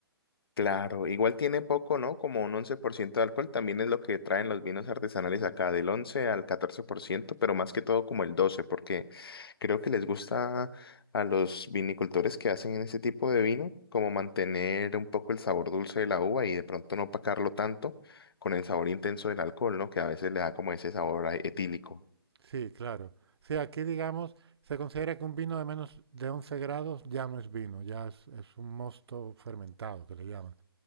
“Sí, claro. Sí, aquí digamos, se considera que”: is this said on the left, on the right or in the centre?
Right